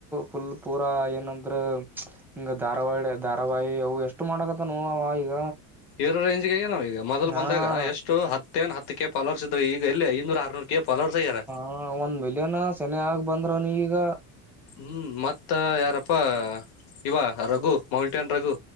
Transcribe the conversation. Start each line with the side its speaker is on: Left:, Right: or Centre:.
Centre: ಫುಲ್ ಪೂರಾ ಏನಂದ್ರ. ಹಿಂಗ ಧಾರಾವಾಳಿ ಧಾರಾವಹಿ ಅವು ಎಷ್ಟು ಮಾಡಕತ್ತಾನೋ ಅವ ಈಗ.
Left: ಇರ ರೇಂಜ್ಗ ಆಗನವ ಈಗ ಮೊದಲ್
Centre: ಹಾ
Left: ಬಂದಾಗ ಎಷ್ಟು ಹತ್ತ ಏನ್ ಹತ್ತಕ್ಕೆ ಕೆ ಪಲೋರ್ಸಿದ್ರ ಈ ಎ ಇಲ್ಲಿ ಐನೂರು ಆರ್ನೂರು ಕೆ ಪಫಲರ್ಸ ಅಗ್ಯಾರ.
Centre: ಹ ಒಂದ್ ಮಿಲಿಯನ್ ಸೆನ ಆಗ ಬಂದ್ರ ಅವ್ನಗೀಗ.
Left: ಹ್ಮ್ ಮತ್ತ ಯಾರಪ್ಪಾ ಇವ ರಘು ಮೌಂಟೇನ್ ರಘು.